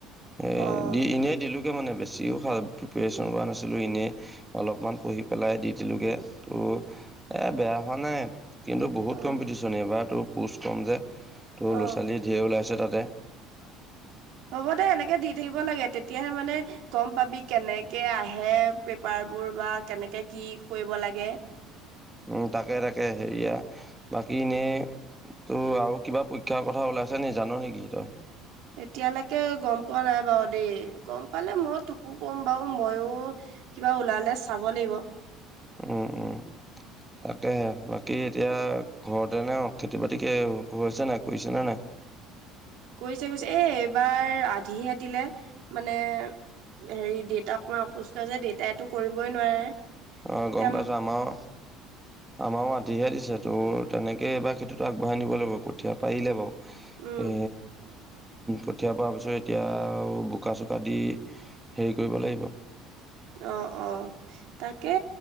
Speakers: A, in the centre; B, on the right.
A: এ
B: অ',
A: দি এনেই দিলো। মানে বেছিও প্ৰিপেৰেচন কৰা নাছিলোঁ এনেই অলপমান পঢ়ি পেলাই দি দিলোঁগৈ ত' এ বেয়া হোৱা নাই। কিন্তু বহুত
B: অ',
A: কম্পিটিশ্যন এইবাৰ তোৰ পুচ কম যে তোৰ
B: অ',
A: ল'ৰা ছোৱালী ঢেৰ ওলাইছে। তে
B: হ'ব দে এনেকে দি থাকিব লাগে তেতিয়াহে মানে গম পাবি কেনেকে আহে পেপাৰ বোৰ। কৰবা কেনেকে কি কৰিব লাগে।
A: উম তাকে তাকে হেৰিয়া বাকী এনেই তো আৰু কিবা পৰীক্ষাৰ কথা ওলাই। ত আছ নে জান নেকি তই?
B: এতিয়ালৈকে গম পোৱা নাই বাৰু দেই। গম পালে মই তোকো গ'ম বাৰু মইয়ো কিবা ওলালে চাব লাগিব।
A: উম উম। তাকেহে বাকী এতিয়া ঘৰতে নে খেতি বাতি কে হৈছে নাই কৰিছে নে নাই? <inaudible>
B: হৈছে হৈছে এ এইবাৰ আধিহে দিলে মানে। হেৰি দেউতাক মই অসুস্থ যে দেউেতাইতো কৰিবই নোৱাৰে।
A: অ
B: এতিয়া
A: গম পাইছো আমাৰও আমাৰও মাত দিহে দিছে তোৰ তেনেকৈ এইবাৰ খেতিটো আগবঢ়াই নিব লাগিব কঠীয়া পাৰিলে বাৰু
B: উম
A: এ কঠীয়া পৰা পিছত এতিয়া আও বোকা চোকা দি হেৰি কৰিব লাগিব
B: অ অ তাকে